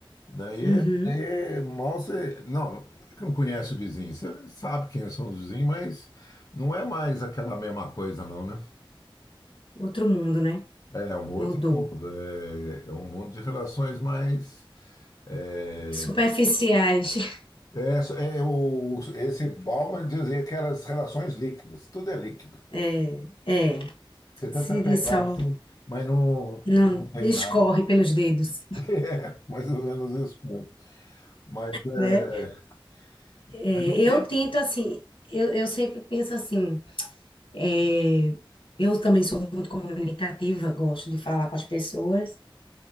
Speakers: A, on the left (about 45°); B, on the left (about 75°).
A: Daí,
B: Uhum.
A: daí mal você. Não, não é que não conhece o vizinho, você sabe quem são os vizinhos, mas não é mais aquela mesma coisa, não, né?
B: Outro mundo, né?
A: É um outro
B: Mudou.
A: mundo, é, é um mundo de relações mais. É,
B: Superficiais. <laughs>
A: é, é o, esse Bauman dizia que eram as relações líquidas, tudo é líquido.
B: É, é.
A: Você tenta
B: Se
A: pegar
B: diz só.
A: assim, mas não,
B: Não,
A: não tem
B: escorre
A: nada. <laughs>
B: pelos dedos,
A: É, mais ou menos isso mesmo. Mas,
B: né?
A: é,
B: É,
A: mas o
B: eu
A: tempo.
B: tento assim, eu, eu sempre penso assim, é, eu também sou muito comunicativa, gosto de falar com as pessoas,